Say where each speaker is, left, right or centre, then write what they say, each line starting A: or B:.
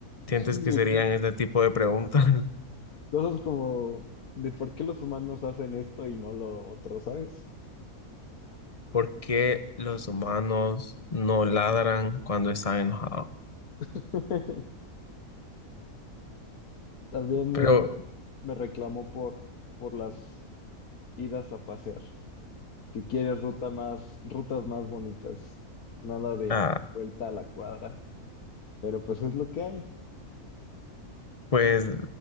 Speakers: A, on the left; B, on the left.
A: ¿Sientes
B: Sí,
A: que serían
B: exacto.
A: este tipo de preguntas? <laughs>
B: Cosas como de por qué los humanos hacen esto y no lo otro, ¿sabes?
A: ¿Por qué los humanos no ladran cuando están enojados?
B: <laughs> También me,
A: Pero,
B: me reclamó por, por las idas a pasear, que quiere ruta más, rutas más bonitas, nada de
A: ah,
B: vuelta a la cuadra, pero pues es lo que hay.
A: pues